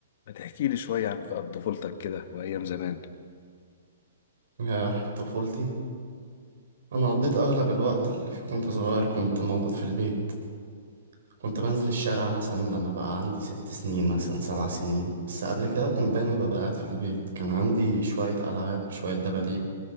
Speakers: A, on the left; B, on the right.
A: ما تحكي لي شوية عن عن طفولتك كده وأيام زمان
B: يا طفولتي انا قضيت اغلب الوقت اللي فيه كنت صغير كنت موجود في البيت كنت بنزل الشارع مثلا لما بقى عندي ست سنين مثلا سبع سنين بس قبل كده كنت دايما ببقى قاعد في البيت كان عندي شوية ألعاب شوية دباديب